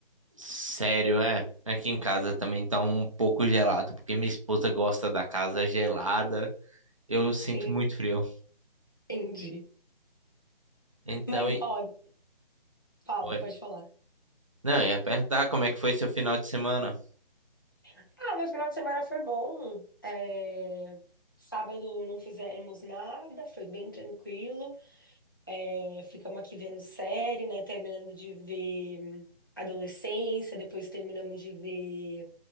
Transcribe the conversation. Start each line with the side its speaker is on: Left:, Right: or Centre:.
Right: Sério, é? Aqui em casa também tá um pouco gelado, porque minha esposa gosta da casa gelada. Eu sinto
Left: En-
Right: muito frio.
Left: Entendi.
Right: Então,
Left: Mas,
Right: e...
Left: ó, fala,
Right: Oi.
Left: pode falar.
Right: Não, eu ia perguntar como é que foi seu final de semana?
Left: Ah, meu final de semana foi bom. É, Sábado não fizemos nada, foi bem tranquilo. É, ficamos aqui vendo série, né? Terminando de ver hum, Adolescência, depois terminamos de ver